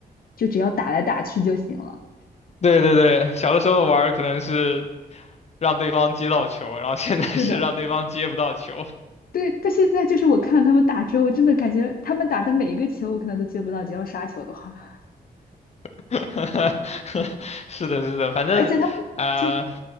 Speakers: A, on the left; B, on the left.
A: 就只要打来打去就行了。
B: 对对对，小的时候玩儿可能是让对方接到球，然后现在是让对方接不到球。
A: 是的，对。但现在就是我看了他们打之后，我真的感觉他们打的每一个球，我可能都接不到，只要杀球的话。
B: <laughs> 是的，是的，
A: <laughs>
B: 反正啊、
A: 而且他们就
B: 呃